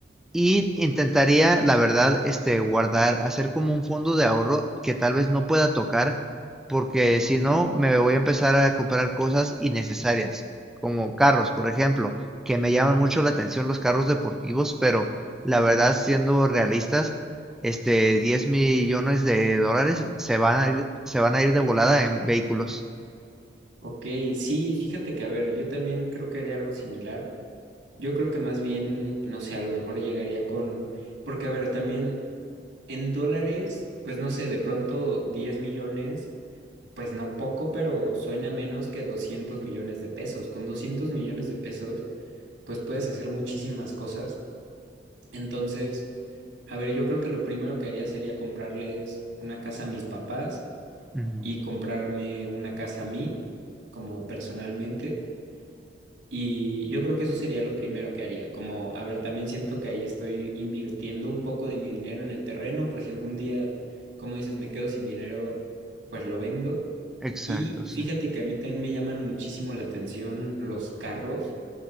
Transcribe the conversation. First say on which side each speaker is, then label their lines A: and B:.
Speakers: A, in the centre; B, on the right.
A: y intentaría, la verdad, este, guardar, hacer como un fondo de ahorro que tal vez no pueda tocar porque si no me voy a empezar a comprar cosas innecesarias, como carros, por ejemplo, que me llaman mucho la atención los carros deportivos, pero la verdad, siendo realistas, este 10 millones de dólares se van a ir, se van a ir de volada en vehículos.
B: ok, sí, fíjate que, a ver, yo también creo que haría algo similar. Yo creo que más bien, no sé, a lo mejor llegaría con, porque a ver, también en dólares, pues no sé, de pronto 10 millones, pues no poco, pero suena menos que 200 millones de pesos. Con 200 millones de pesos, pues puedes hacer muchísimas cosas. Entonces, a ver, yo creo que lo primero que haría sería comprarles una casa a mis papás
A: Ujú.
B: y comprarme una casa a mí, como personalmente. Y yo creo que eso sería lo primero que haría. Como, a ver, también siento que ahí estoy invirtiendo un poco de mi dinero en el terreno, por si algún día, como dices, me quedo sin dinero, pues lo vendo.
A: Exacto,
B: Y
A: sí.
B: fíjate que a mí también me llaman muchísimo la atención los carros.